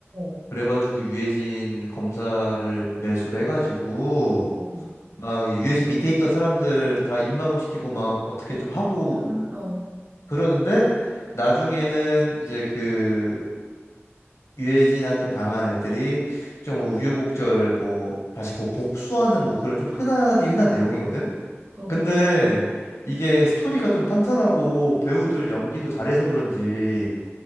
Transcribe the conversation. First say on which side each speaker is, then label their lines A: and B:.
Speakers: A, on the right; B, on the left.
A: 어,
B: 그래가지고 유해진 검사를 매수를 해가지고
A: 어.
B: 막 이제 유해진 밑에 있던 사람들 다 입막음 시키고 막 어떻게 좀 하고
A: 아, 어.
B: 그러는데 나중에는 이제 그 유해진한테 당한 애들이 좀 우유곡절 뭐 다시 뭐 복수하는 뭐 그런 좀 흔하디 흔한 내용이거든.
A: 그렇구나.
B: 근데 이게 스토리가 좀 탄탄하고 배우들 연기도 잘해서 그런지